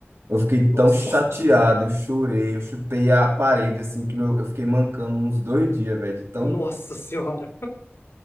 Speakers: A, on the right (about 85°); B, on the left (about 75°).
A: Eu fiquei
B: Nossa,
A: tão chateado,
B: se-
A: eu chorei, eu chutei a parede, assim, que meu- eu fiquei mancando uns dois dias, velho, de tão
B: nossa senhora.